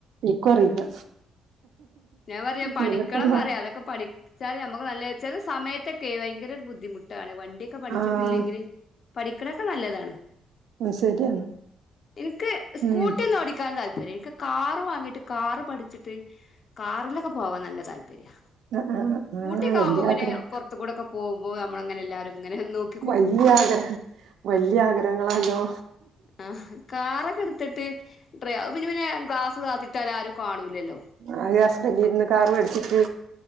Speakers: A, on the right (about 75°); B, on the left (about 50°).
A: ഇൻക്കും അറിയില്ല
B: ഞാൻ പറയാ പഠിക്കണം
A: പിന്നെപ്പം
B: പറയാ അതൊക്കെ പഠിക്ക പടിച്ചാൽ നമുക്ക് നല്ലത് ചെല സമയത്തൊക്കെ ഭയങ്കര ഒരു ബുദ്ധിമുട്ടാണ് വണ്ടിയൊക്കെ പഠിച്ചിട്ടില്ലെങ്കില്
A: ആഹ്
B: പഠിക്കണൊക്കെ നല്ലതാണ്
A: ശരിയാണ്
B: ഇൻക്ക് സ്കൂട്ടി
A: ഉം
B: ഒന്നും ഓടിക്കാൻ താല്പര്യം പേരെക്ക് കാറ് വാങ്ങിട്ട് കാറ് പഠിച്ചിട്ട് കാറിലൊക്കെ പോവാൻ നല്ല താല്പര്യ
A: ആഹ് ആഹ് ആഹ്
B: സ്കുട്ടിക്കൊവുമ്പോ
A: വല്യ
B: പിന്നെ
A: ആഗ്രഹം
B: പുറത്തു കൂടെക്കെ പോകുമ്പോൾ നമ്മളങ്ങനെ എല്ലാവരും ഇങ്ങനെ നോക്
A: വല്യയ ആഗ്രഹം വല്യയ ആഗ്രഹങ്ങളാല്ലോ
B: ആഹ് കാറൊക്കെ എടുത്തിട്ട് ഡ്രൈ അത് പിന്നെ പിന്നെ ഗ്ലാസ് താത്തിട്ടാൽ ആരും കാണൂല്ലല്ലോ
A: ആ എന്റെ ഹസ്ബന്റിന്ന് കാർ മേടിച്ചിട്ട്